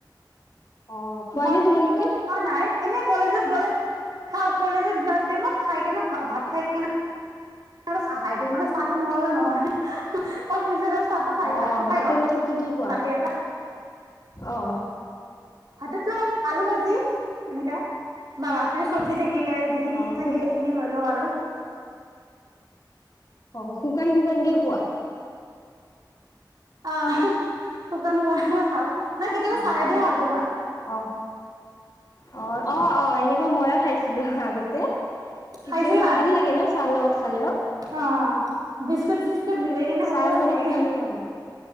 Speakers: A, on the left; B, on the right.
A: অ' খোৱা
B: ভাত
A: নে তোমালোকে?
B: মই খোৱা নাই এনে কলেজত গ'লে খাওঁ কলেজত যোৱাৰ টাইমত খাই কেনে ভাত খাই কেনে আৰু চাহ <unintelligible> মানে চাহটো নহ'লে নহয়। অ', পিছত হ'লেও চাহটো খাই
A: অ'
B: ভাতটো খাই
A: ভাতৰ
B: লওঁ
A: লগত কি কি খোৱা?
B: বাতি এটা।
A: অ'।
B: ভাতৰ লগত আলু ভাজি এনেকা বা ৰাতিৰ চব্জি থাকিলে যি খিনি
A: অ'
B: থাকে
A: শুকা
B: সেইখিনি লৈ লওঁ আৰু।
A: অ', শুকান শুকানকে খোৱা?
B: অহ শুকান শুকান খাওঁ। নাই কেতিয়াবা
A: অ',
B: চাহে দিওঁ খাই দিওঁ ভাত
A: অ'। অ', অ', অ', এনেকুৱা মইও খাইছিলো আগতে কেতিয়াবা
B: খাইছিলা
A: ভাল লাগে ন চাহ লগত খালেও।
B: অ', অ', বিস্কুট চিস্কুট ভিজাই কিনে খালেও
A: চাহৰ
B: ভাল
A: লগত
B: লাগে।
A: খালেও ভাল লাগে।